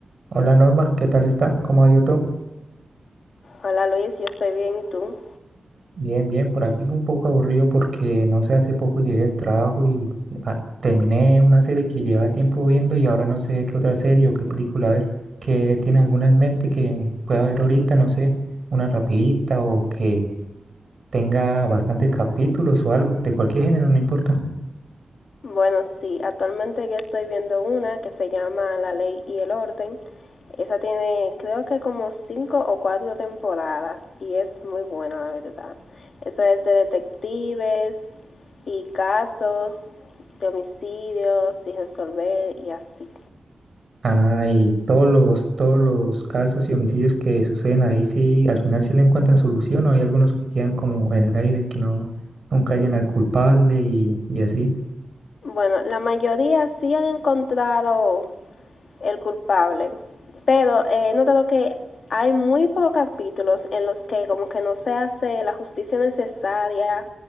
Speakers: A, on the right; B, on the left.
A: Hola Norma, ¿qué tal está? ¿Cómo ha ido todo?
B: Hola Luis, yo estoy bien y tú.
A: Bien, bien, por aquí un poco aburrido porque no sé, hace poco llegué del trabajo y ah, terminé una serie que lleva tiempo viendo y ahora no sé qué otra serie o qué película ver. ¿Qué tiene alguna en mente que pueda ver ahorita? No sé, una rapidita o que tenga bastantes capítulos o algo, de cualquier género, no importa.
B: Bueno, sí, actualmente yo estoy viendo una que se llama La Ley y el Orden. Esa tiene creo que como cinco o cuatro temporadas y es muy buena la verdad. Eso es de detectives y casos de homicidios y resolver y así.
A: Ah, y todos los, todos los casos y homicidios que suceden ahí, sí, al final sí le encuentran solución o hay algunos que quedan como en el aire, que no, nunca hallan al culpable y, y así.
B: Bueno, la mayoría sí han encontrado el culpable. Pero eh, he notado que hay muy pocos capítulos en los que como que no se hace la justicia necesaria